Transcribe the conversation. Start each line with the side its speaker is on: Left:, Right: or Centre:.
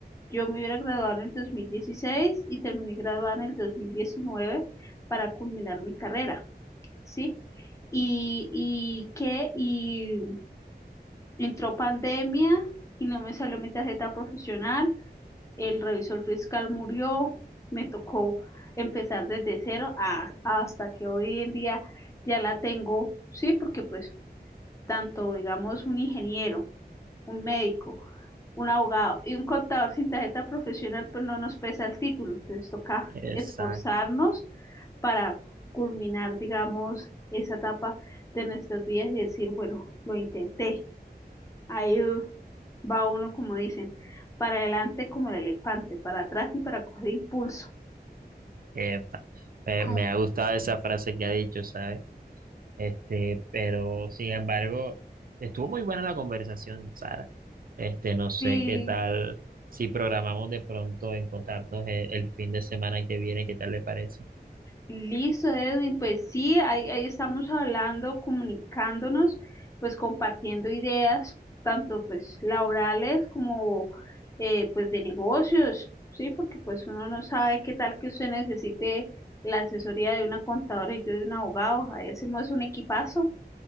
Left: yo me hubiera graduado en el 2016 y terminé graduada en el 2019 para culminar mi carrera, ¿sí? Y, y que, y entró pandemia y no me salió mi tarjeta profesional el revisor fiscal murió, me tocó empezar desde cero a- hasta que hoy en día ya la tengo, sí, porque pues tanto, digamos, un ingeniero, un médico, un abogado y un contador sin tarjeta profesional, pues no nos pesa el título, entonces toca
Right: Exacto.
Left: esforzarnos para culminar, digamos, esa etapa de nuestras vidas y decir, bueno, lo intenté. Ahí uh, va uno, como dicen, para adelante como el elefante, para atrás ni para coger impulso.
Right: Epa. Me,
Left: Ay,
Right: me ha gustado esa frase que ha dicho, ¿sabes? Este, pero sin embargo, estuvo muy buena la conversación, Sara. Este, no sé
Left: Sí,
Right: qué tal si programamos de pronto encontrarnos el, el fin de semana que viene, ¿qué tal le parece?
Left: listo, Edwin. Pues sí, ahí, ahí estamos hablando, comunicándonos, pues compartiendo ideas, tanto pues laborales como eh, pues de negocios, sí, porque pues uno no sabe qué tal que usted necesite la asesoría de una contadora y yo de un abogado. Ahí hacemos un equipazo.